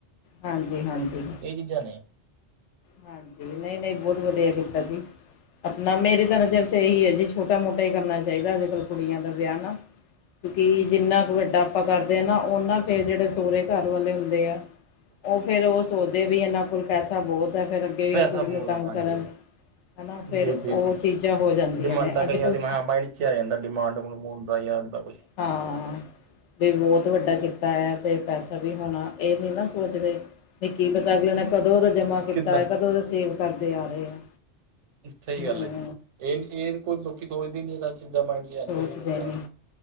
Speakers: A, on the left; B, on the right.
A: ਹਾਂਜੀ- ਹਾਂਜੀ।
B: ਇਹ ਚੀਜ਼ਾਂ ਨੇ।
A: ਹਾਂਜੀ, ਨਹੀਂ- ਨਹੀਂ ਬਹੁਤ ਵਧੀਆ ਕੀਤਾ ਜੀ। ਆਪਣਾ ਮੇਰੀ ਤਾਂ ਨਜ਼ਰ ਚ ਇਹੀ ਹੈ, ਜੀ ਛੋਟਾ ਮੋਟਾ ਹੀ ਕਰਨਾ ਚਾਹੀਦਾ ਅੱਜ ਕੱਲ ਕੁੜੀਆਂ ਦਾ ਵਿਆਹ ਨਾ। ਕਿਉਕਿ ਜਿੰਨਾ ਕੁ ਵੱਡਾ ਆਪਾਂ ਕਰਦੇ ਹਾਂ ਨਾ, ਓਨਾ ਫੇਰ ਜਿਹੜੇ ਸੋਹੁਰੇ ਘਰ ਵਾਲੇ ਹੁੰਦੇ ਆ। ਉਹ ਫੇਰ ਉਹ ਸੋਚਦੇ ਵੀ ਇਹਨਾਂ ਕੋਲ ਪੈਸਾ ਬਹੁਤ। ਹੈ ਫਿਰ ਅੱਗੇ
B: ਪੈਸਾ
A: ਕੁੜੀ ਨੂੰ
B: ਬੋਤ
A: ਤੰਗ
B: ਆ ਹਾਂਜੀ।
A: ਕਰਨ ਹਨਾ ਫਿਰ
B: ਜੀ, ਜੀ,
A: ਉਹ
B: ਜੀ।
A: ਚੀਜ਼ਾਂ ਹੋ ਜਾਂਦੀਆਂ
B: ਡਿਮਾਂਡਾਂ
A: ਨੇ ਅੱਜ
B: ਕਈਆਂ
A: ਕੱਲ੍ਹ
B: ਤੇ ਮੈਂ। ਪਿੱਛੇ ਆ ਜਾਂਦਾ ਡਿਮਾਂਡ ਹੁਣ ਮੋਡਦਾ ਜਾਂ ਇਦਾਂ ਕੁਛ।
A: ਹਾਂ, ਵੀ ਬਹੁਤ ਵੱਡਾ ਕੀਤਾ ਤੇ ਪੈਸਾ ਵੀ ਹੋਣਾ। ਇਹ ਨੀ ਨਾ ਸੋਚਦੇ, ਵੀ ਕੀ ਪਤਾ ਅਗਲੇ ਨੇ ਕਦੋਂ ਜਮਾ ਕੀਤਾ
B: ਕਿੱਦਾਂ
A: ਹੋਇਆ। ਕਦੋਂ ਦੇ ਸੇਵ ਕਰਦੇ ਆ ਰਹੇ ਆ,
B: ਸਹੀ
A: ਹੂੰ।
B: ਗੱਲ ਹੈ ਜੀ ਇਹ ਕੋਈ ਲੋਕੀ ਸੋਚਦੇ ਹੀ ਨੀ ਇਹ, ਚੀਜ਼ਾਂ ਮਾਇੰਡ ਚ ਆਉਂਦੀਆਂ
A: ਸੋਚਦੇ
B: ਬੰਦਿਆਂ
A: ਨਹੀਂ,